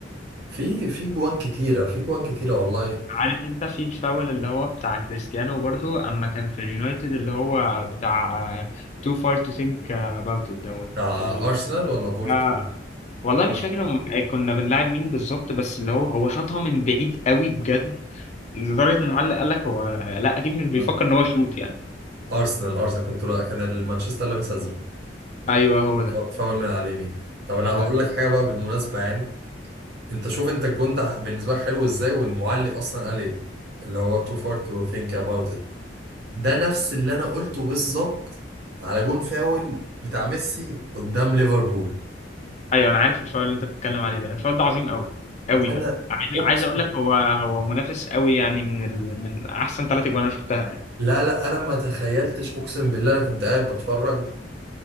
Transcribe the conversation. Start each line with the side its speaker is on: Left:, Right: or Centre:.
Right: في في جوان كتيرة في جوان كتيرة والله
Left: عارف انت في الفاول اللي هو بتاع كريستيانو برضه اما كان في اليونايتد اللي هو بتاع آه، too far to think about it دوت
Right: بتاع
Left: اللي-
Right: أرسنال ولا بورتو
Left: آه، والله مش
Right: بورتو.
Left: فاكر هم- كنا بنلعب مين بالظبط بس اللي هو هو شاطها من بعيد قوي بجد لدرجة ان المعلق قال لك هو آه، لا اكيد مش بيفكر
Right: آه.
Left: ان هو يشوط يعني
Right: أرسنال أرسنال كنت لا كان المانشستر لابس أزرق
Left: ايوه هو ده
Right: ف- فاول من على اليمين طب أنا
Left: ده-
Right: هقول
Left: ده-
Right: لك حاجة بقى بالمناسبة يعني انت شوف انت الجون ده بالنسبه لك حلو ازاي والمعلق اصلا قال ايه اللي هو too far to think about it ده نفس اللي انا قلته بالظبط على جون فاول بتاع ميسي قدام ليفربول
Left: ايوه انا عارف الفاول اللي انت بتتكلم عليه ده الفاول ده عظيم قوي قوي
Right: انا
Left: بقى عايز
Right: اقسم
Left: عايز اقول لك هو هو منافس قوي يعني من ال... من احسن ثلاث اجوان انا شفتها يعني
Right: لا لا انا ما تخيلتش اقسم بالله انا كنت قاعد بتفرج